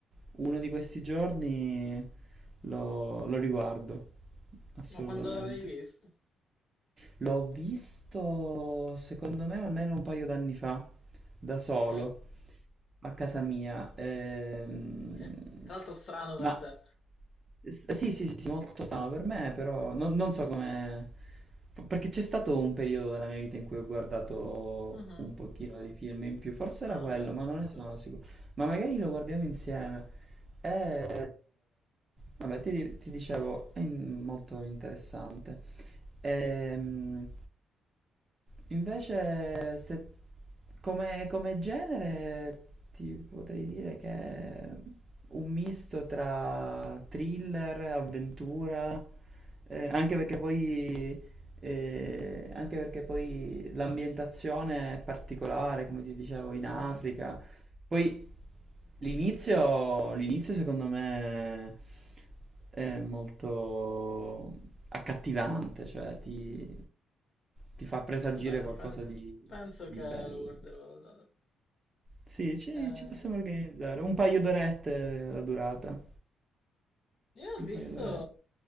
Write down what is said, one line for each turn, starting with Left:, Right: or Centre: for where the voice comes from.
Right: uno di questi giorni lo, lo riguardo, assolutamente.
Left: quando l'avevi visto?
Right: L'ho visto, secondo me, almeno un paio d'anni fa, da solo,
Left: Ok,
Right: a casa mia. Ehm,
Left: che tra l'altro strano
Right: ma
Left: per te.
Right: s- sì, sì, sì, sì, molto strano per me, però non, non so come... f- Perché c'è stato un periodo della mia vita in cui ho guardato
Left: Mhm,
Right: un pochino di film in più, forse
Left: No,
Right: era quello,
Left: vabbè,
Right: ma
Left: ci
Right: non
Left: sta.
Right: ne sono sicuro. Ma magari lo guardiamo insieme. Eh, vabbè, ti, ti dicevo, è in- molto interessante. Ehm, invece, se, come, come genere, ti potrei dire che è un misto tra thriller, avventura, eh, anche perché poi, eh, anche perché poi l'ambientazione è particolare, come ti dicevo, in
Left: Mhm,
Right: Africa, poi l'inizio, l'inizio secondo me è molto accattivante, cioè ti, ti fa presagire
Left: Va bene,
Right: qualcosa
Left: pen-
Right: di,
Left: penso
Right: di
Left: che
Right: bello.
Left: lo guarderò allora.
Right: Sì, ci,
Left: Eh,
Right: ci possiamo organizzare. Un paio d'orette la durata.
Left: io ho
Right: Un
Left: visto
Right: paio d'orette.